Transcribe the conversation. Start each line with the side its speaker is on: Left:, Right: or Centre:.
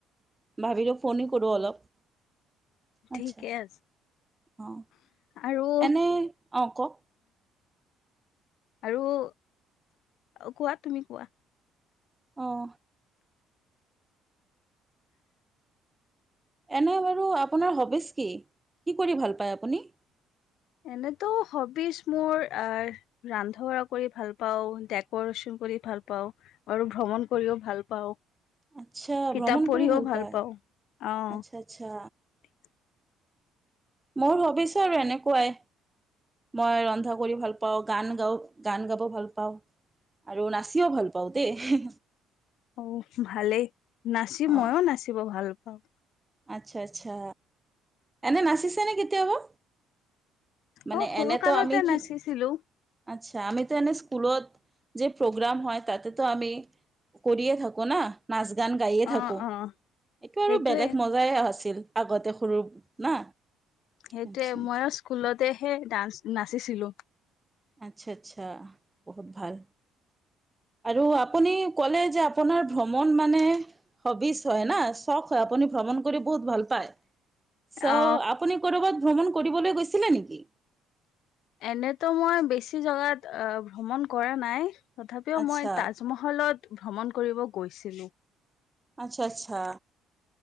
Right: ভাবিলোঁ ফোনে কৰোঁ অলপ। আচ্ছা।
Left: ঠিকে আছে
Right: অঁ,
Left: আৰু
Right: এনে, অ কওক।
Left: আৰু কোৱা তুমি কোৱা।
Right: অঁ। এনে বাৰু আপোনাৰ হবিচ কি? কি কৰি ভাল পায় আপুনি?
Left: এনেতো হবিচ মোৰ ৰান্ধ'বাঢ়া কৰি ভাল পাও, ডেকৰেচন কৰি ভাল পাও আৰু ভ্ৰমণ কৰিও ভাল পাওঁ।
Right: আচ্ছা
Left: কিতাপ
Right: ভ্ৰমণ
Left: পঢ়িও
Right: কৰি
Left: ভাল
Right: পায়।
Left: পাওঁ। অহ।
Right: আচ্ছা আচ্ছা মোৰ হবিছৰ আৰু এনেকুৱাই। মই ৰন্ধা কৰি ভাল পাওঁ, গান গাও, গান গাব ভাল পাওঁ। আৰু নাচিও ভাল পাওঁ দেই।
Left: অ ভালেই নাচিম
Right: অ
Left: মই নাচিব ভাল পাওঁ
Right: আচ্ছা আচ্ছা এনে নাচিছেনে কেতিয়াবা? মানে
Left: অ সৰু
Right: এনেতো
Left: কালতে
Right: আমি কি
Left: নাচিছিলো
Right: আচ্ছা আমিতো এনে স্কুলত যে প্ৰগ্ৰাম হয়। তাতে তো আমি কৰিয়ে থাকো না নাচ-গান গাইয়ে থাকো।
Left: অ অ
Right: এইটো
Left: সেইটোয়ে
Right: আৰু বেলেগ মজাই আছিল আগতে সৰু না।
Left: সেইটোয়ে
Right: আচ্ছা
Left: মই স্কুলতেহে ডান্স নাচিছিলো।
Right: আচ্ছা-আচ্ছা, বহুত ভাল। আৰু আপুনি ক'লে যে আপোনাৰ ভ্ৰমণ মানে হবিচ হয় না, চখ হয়। আপুনি ভ্ৰমণ কৰি বহুত ভাল পায়, চ
Left: অ
Right: আপুনি কৰবাত ভ্ৰমণ কৰিবলৈ গৈছিলে নেকি?
Left: এনেতো মই বেছি জেগাত ভ্ৰমণ কৰা নাই। তথাপিও
Right: আচ্ছা,
Left: মই তাজমহলত ভ্ৰমণ কৰিব গৈছিলো।
Right: আচ্ছা-আচ্ছা।